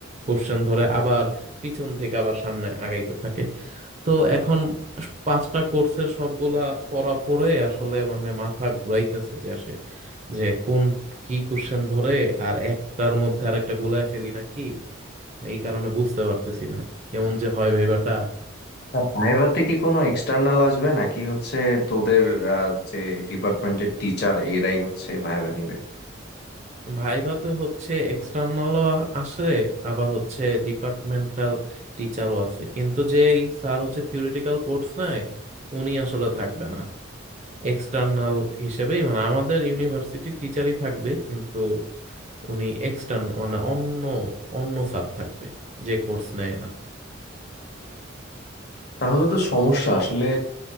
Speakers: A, on the right; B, on the left.
A: কোশ্চেন ধরে আবার পিছন থেকে আবার সামনে আগাইতে থাকে তো এখন পাঁচটা কোর্সের সবগুলা পড়া পড়ে আসলে মানে মাথা ঘুরাইতেছে যে যে কোন কি কোশ্চেন ধরে আর একটার মধ্যে আরেকটা গোলায় ফেলি নাকি এই কারণে বুঝতে পারতেছি না কেমন যে হয় ভাইবাটা
B: আর ভাইভাতে কি কোনো এক্সটার্নাল আসবে নাকি হচ্ছে তোদের আহ, যে ডিপার্টমেন্টের টিচার এরাই হচ্ছে ভাইভা নিবে
A: ভাইবাতে হচ্ছে এক্সটার্নালও আসে আবার হচ্ছে ডিপার্টমেন্টাল টিচারও আছে কিন্তু যেই স্যার হচ্ছে থিওরিটিক্যাল কোর্স নাই উনি আসলে থাকবে না এক্সটার্নাল হিসেবেই মানে আমাদের ইউনিভার্সিটির টিচারই থাকবে কিন্তু উনি এক্সটার্ন মানে অন্য অন্য স্যার থাকবে যে কোর্স নেয় না
B: তাহলে তো সমস্যা আসলে